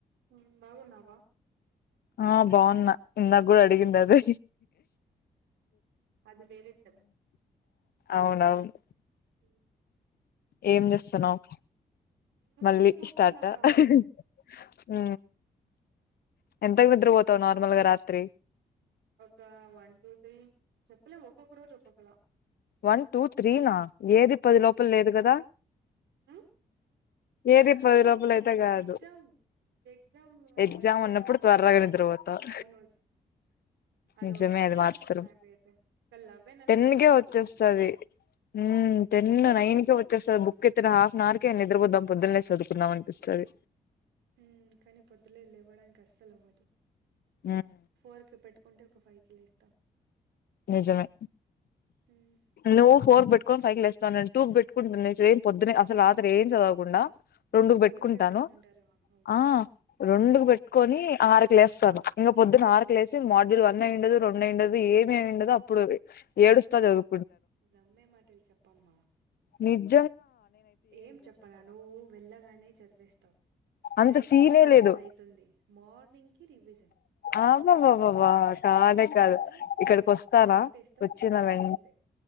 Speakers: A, on the right; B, on the left.
A: హ్మ్ బాగున్నావా
B: ఆ బాగున్నా ఇందాక కూడ అడిగింది
A: హ్మ్.
B: అదే
A: అది వేరేది
B: అవునవును
A: ఊ
B: ఏం చేస్తున్నావు
A: నేను ఊరికే
B: మళ్ళీ
A: కూర్చున్నారా
B: స్టార్ట్ ఆ ఎంతకు నిద్రపోతావు నార్మల్ గా రాత్రి
A: ఒక వన్ టూ త్రీ చెప్పలేం ఒక్కొక్క రోజు ఒక్కొక్కలా
B: వన్ టూ త్రీ నా ఏది పది లోపల లేదు కదా
A: ఉమ్
B: ఏది
A: ఎప్పుడో
B: పది లోపల
A: ఒక
B: అయితే కాదు
A: ఎగ్జామ్ ఎగ్జామ్
B: ఎగ్జామ్
A: ఎప్పుడైనా ఉన్నప్పుడు
B: త్వరగా నిద్రపోతావు
A: అవున అది
B: నిజమే
A: వచ్చేస్తుంది
B: మాత్రం
A: నాకైతే ఒక లెవెన్ అయినా
B: టెన్
A: మాక్సిమం
B: కే వచ్చేస్తది
A: అంతే
B: ఉమ్ టెన్
A: అవును
B: నైన్ కే వచ్చేస్తది బుక్ అయితే నా హాఫ్ అన్ అవర్ కే నిద్రపోదాం పొద్దునలేసి చదువుకుందాం అనిపిస్తుంది
A: ఉమ్ కానీ పొద్దున్నే లేవడానికి అస్సలు అవ్వదు
B: ఉమ్
A: ఫోర్ కి పెట్టుకుంటే ఒక ఫైవ్ కి లే ఇస్తా
B: నిజమే
A: ఉమ్
B: నువ్వు ఫోర్ కి పెట్టుకుంటే ఫైవ్ కి లేస్తావ్ నేను టూకి పెట్టుకునీ <unintelligible> అసలు రాత్రి ఏం చదువను కుండ రెండుకు పెట్టుకుంటాను
A: టూ కే పెట్టుకుంటారా అమ్మా
B: ఆ రెండుకు పెట్టుకొని ఆరుకు లేస్తాను ఇంకా పొద్దున్న ఆరు సిక్స్ లేసి మాడ్యూల్ అయ్యిండదు రెండు అయ్యిండదు ఏ ఏం ఉండదు అప్పుడు ఏడుస్తా చదువు
A: నమ్మే మాటలు చెప్పమ్మా
B: నీద్
A: ఏం చెప్పనా నువ్వు వెళ్ళగానే చదివేస్తావు.
B: అంత
A: నైట్
B: సీనే
A: కి రివైజ్
B: లేదు
A: అయితుంది. మార్నింగ్ కి రివిజన్
B: ఆ
A: అంతే
B: బ బబబ
A: త్రీ
B: కాదే
A: టైమ్స్ చదువుతావు
B: కాదు ఇక్కడికి వస్తానా
A: నింపేస్తావు
B: వచ్చిన
A: నైన్
B: వె
A: సిజిపే